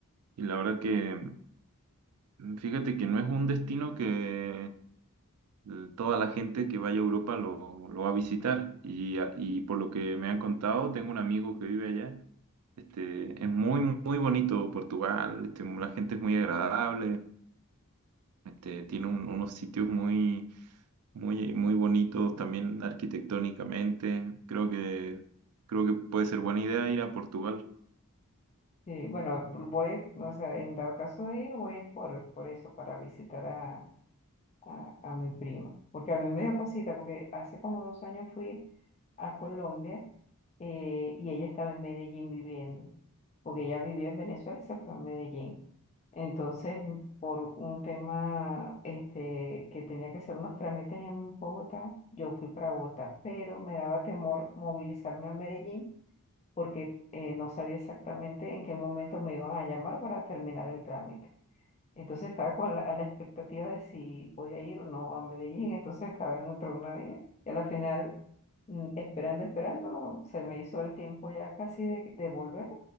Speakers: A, on the right; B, on the left.
A: y la verdad que, mm, fíjate que no es un destino que eh, toda la gente que vaya a Europa lo, lo va a visitar y, a- y por lo que me han contado, tengo un amigo que vive allá, este, es muy, muy bonito Portugal, este, la gente es muy agradable, este, tiene un- unos sitios muy, muy, muy bonitos también arquitectónicamente. Creo que, creo que puede ser buena idea ir a Portugal.
B: Sí, bueno, voy, o sea, en dado caso de ir, voy es por, por eso, para visitar a, a, a mi prima, porque a mí me dio cosita, porque hace como dos años fui a Colombia eh, y ella estaba en Medellín viviendo, porque ella vivió en Venezuela y se fue a Medellín. Entonces, mm, por un tema este, que tenía que hacer unos trámites en Bogotá, yo fui para Bogotá, pero me daba temor movilizarme a Medellín porque eh, no sabía exactamente en qué momento me iban a llamar para terminar el trámite. Entonces estaba con la, a la expectativa de si podía ir o no a Medellín, entonces estaba en otra una vez Y a la final, mm, esperando, esperando, se me hizo el tiempo ya casi de, de volver.